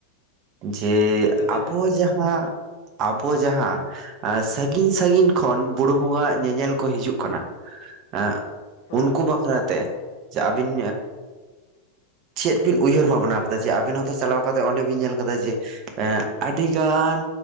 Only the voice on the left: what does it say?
ᱦᱮᱸ ᱞᱟᱹᱭ
ᱵᱮᱱ
ᱦᱳᱭ